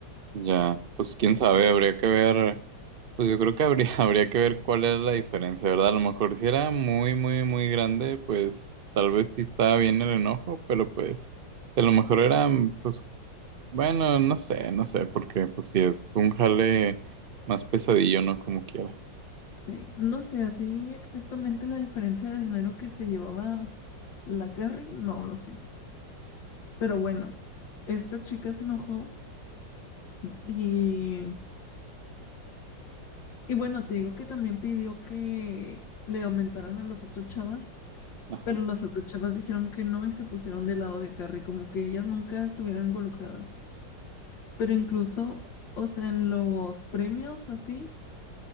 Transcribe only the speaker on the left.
Sí, no sé, así exactamente la diferencia de dinero que se llevaba la Carrie, no lo sé. Pero bueno, esta chica se enojó y, y bueno, te digo que también pidió que le aumentaran a las otras chavas,
pero las otras chavas dijeron que no y se pusieron del lado de Carrie, como que ellas nunca estuvieron involucradas. Pero incluso, o sea, en los premios o así.